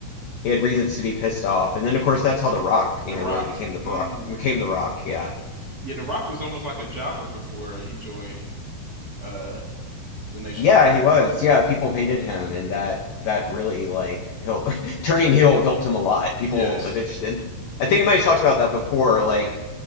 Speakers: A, on the left (about 90°); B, on the right (about 75°).
A: he had reasons to be pissed off. And then, of course, that's how The Rock, you
B: The
A: know,
B: Rock.
A: really became the Bro
B: Mm.
A: became The Rock. Yeah,
B: Yeah, The Rock was almost like a jobber before he joined uh the Nation
A: yeah,
B: of Domination.
A: he was. Yeah, people hated him, and that that really like he'll, <laughs> turning heel helped him a lot.
B: <laughs>
A: People
B: Yes.
A: eventually, and I
B: <laughs>
A: think we might have talked about that before. Like,